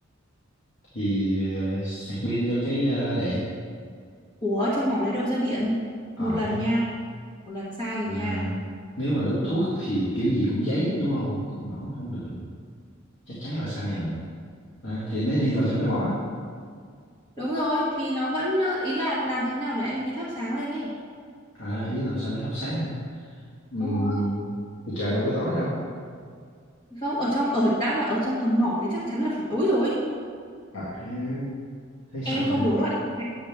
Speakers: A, on the left; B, on the left.
A: thì ờ, sạc pin cho cái ờ, đèn
B: ủa trong mỏ lấy đâu ra điện
A: à,
B: một lần
A: ha.
B: nha một lần sai rồi
A: à
B: nha
A: nếu mà đốt thuốc thì kiểu gì cũng cháy đúng không cũng nổ không được chắc chắn là sai rồi à, thì anh ấy đi vào trong cái mỏ
B: đúng rồi thì nó vẫn ờ, ý là làm thế nào để anh ấy thắp sáng lên ấy
A: à ý làm sao để hấp sáng hả Ừm,
B: đúng rồi
A: thì trời đâu có tối đâu
B: không ở trong ở đã bảo ở trong hầm mỏ thì chắc chắn là phải tối rồi
A: à thế thế sao
B: em
A: ta
B: không đố lại cái-